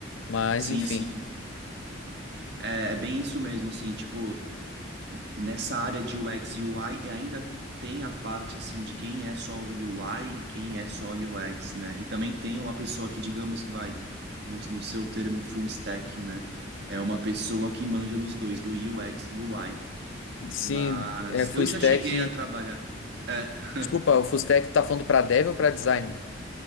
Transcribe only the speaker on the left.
Mas,
enfim.
Se
é full
stack.
Desculpa, o full stack tá falando pra dev ou pra design?